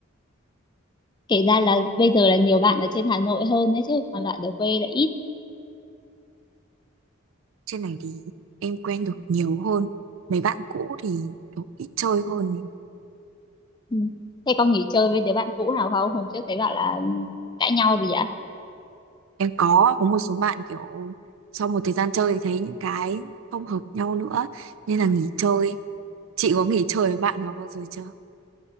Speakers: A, on the left (about 20°); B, on the right (about 80°).
A: kể ra là bây giờ là nhiều bạn ở trên Hà Nội hơn đấy chứ còn bạn ở quê là ít
B: Trên này thì em quen được nhiều hơn. Mấy bạn cũ thì kiểu ít chơi hơn.
A: ừ. thế con nghỉ chơi với đứa bạn cũ nào không hôm trước thấy bạn là cãi nhau gì ạ
B: Em có có một số bạn kiểu sau một thời gian chơi thì thấy những cái không hợp nhau nữa nên là nghỉ chơi. Chị có nghỉ chơi với bạn nào bao giờ chưa?